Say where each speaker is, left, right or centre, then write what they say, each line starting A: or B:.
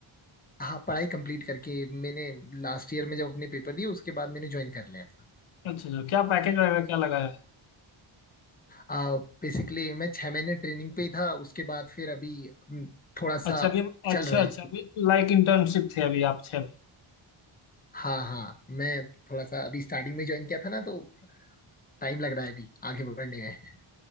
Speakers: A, on the left (about 20°); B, on the left (about 70°).
A: हाँ पढ़ाई कंप्लीट करके मैंने लास्ट ईयर में जब अपने पेपर दिए उसके बाद मैंने ज्वाइन कर लिया था
B: अच्छा अच्छा क्या पैकेज वगैरह क्या लगाया है
A: आ, बेसिकली मैं छह महीने ट्रेनिंग पे ही था उसके बाद फिर अभी हम्म, थोड़ा सा
B: अच्छा अभी अच्छा
A: चल रहा
B: अच्छा
A: है
B: अभी लाइक इंटर्नशिप थे अभी आप छह में
A: हाँ हाँ मैं थोड़ा सा अभी स्टार्टिंग में ज्वाइन किया था ना तो टाइम लग रहा है अभी आगे बढ़ने में